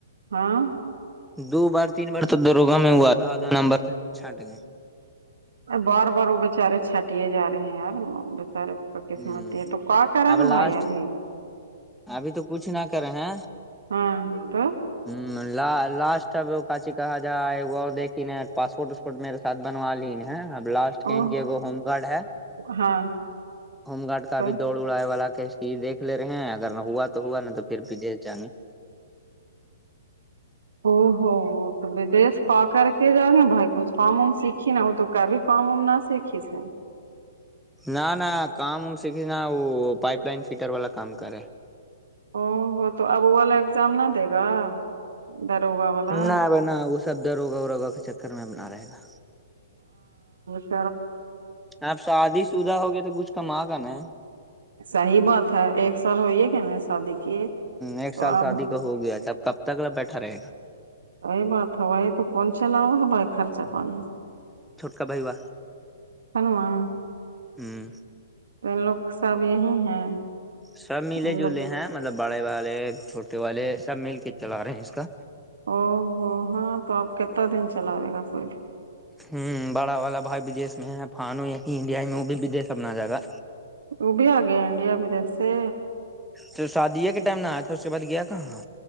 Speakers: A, on the right (about 75°); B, in the centre.
A: ہاں
B: دو بار تین بار تو دروگا میں وہ آدھا آدھا نمبر سے چھنٹ گئے
A: بار بار وہ بچارے چھٹیے جا رہے ہیں یار بچارے قسمتی
B: ہ
A: ہے تو کیا کرا
B: اب
A: ہیں
B: لاسٹ
A: بھائی ابھی
B: ابھی تو کچھ نہ کرے ہیں
A: ہاں تو
B: ہ لاسٹ اب کاچی کہا جائے وہ دیک پاسپورٹ میرے ساتھ بنوا لیین ہے اب لاسٹ کہ
A: او
B: کی ہوم گارڈ ہے
A: ہاں
B: ہوم گارڈ کا
A: تو
B: بھی دوڑ اڑائے والا کیش کی یہ دھ لے رہے ہیں اگر ہوا تو ہوا نا تو پھر بھی ج جے
A: او ہو تو بدیس کا کر کے جا گے بھائی کچھ کام وم سیکھی نا وہ تو کبھی پامم نہا سیکھے سے
B: نہ نہ کام وم سھی نا وہ پائپ لائن فٹر والا کام کرے
A: او ہو تو اب والا ایگزام نہ دے گا داروغہ والا
B: نہ بنا وہ سب د روگہ و روگا کے چکر میں اپنا رہے گا
A: ہ
B: آپ سادی شدہ ہوگیا تو کچھ کما کر نا ہے
A: صحیح بات ہے ایک سال ہوئیے کہ نہیں ای س دھیے
B: ایک
A: تو
B: سال
A: اب
B: شادی ہو گیا تھا اب کب تک بیٹھا رہے گا
A: صی بات ہو بائی تو کون چلاوا ہے بھائی خرچہ پانی
B: چھٹکا پائی و
A: کنوا
B: ہوں
A: تو لوگ سب یہی ہے
B: سب ملے
A: ان
B: جلے
A: لوگ
B: ہیں مطلب بڑے والے چھوٹے والے سب مل کے چلا رہے ہیں اس کا
A: او ہوو ہاں تو اب کتنا دن چلاوے گا کوئی بھی
B: ہوں بڑا والا بھائی بدی میں ہے پانو یہ انڈیا میں وہ بھی بدیش اپنا جائے گا
A: وہ بھی آ گیا انڈیا بدس سے
B: تو شادی کے ٹائم ن آیا تھا اس کے بعد گیا کہاں